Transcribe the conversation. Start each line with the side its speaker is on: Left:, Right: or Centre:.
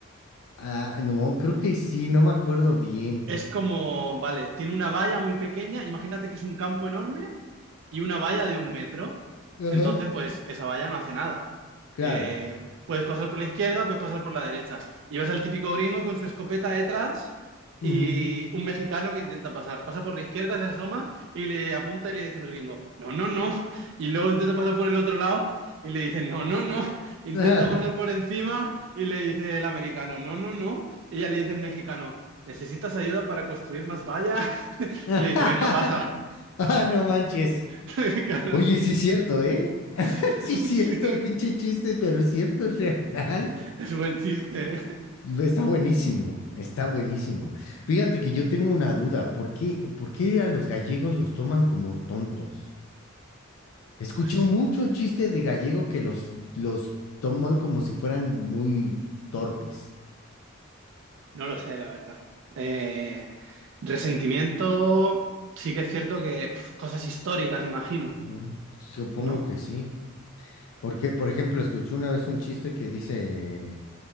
Left: Ah, no, creo que sí, no me acuerdo bien.
Right: Es como, vale, tiene una valla muy pequeña, imagínate que es un campo enorme y una valla de un metro,
Left: Ajá.
Right: entonces pues esa valla no hace nada.
Left: Claro.
Right: Eh, puedes pasar por la izquierda, puedes pasar por la derecha. Y ves al típico gringo con su escopeta detrás
Left: Ujú.
Right: y un mexicano que intenta pasar. Pasa por la izquierda, se asoma y le apunta y le dice el gringo, no, no, no. Y luego intenta pasar por el otro lado y le dice, no, no, no. Intenta
Left: <laughs>
Right: pasar por encima y le dice el americano, no, no, no. Y ya le dice el mexicano. ¿Necesitas ayuda para construir más valla?
Left: <laughs>
Right: Y le dice, venga, pasa.
Left: Ah, no manches.
Right: <laughs>
Left: Oye, sí es cierto, ¿eh?
Right: <laughs>
Left: <laughs> Sí es cierto,
Right: sí,
Left: pinche chiste, pero es cierto, es real.
Right: es buen chiste, ¿eh?
Left: Está buenísimo, está buenísimo. Fíjate que yo tengo una duda, ¿por qué, por qué a los gallegos los toman como tontos? He escuchado
Right: Pues
Left: mucho chiste de gallego que los, los toman como si fueran muy torpes.
Right: no lo sé, la verdad. Eh, resentimiento, sí que es cierto que pf, cosas históricas, imagino,
Left: Ujú, Supongo
Right: ¿no?
Left: que sí. Porque, por ejemplo, escuché una vez un chiste que dice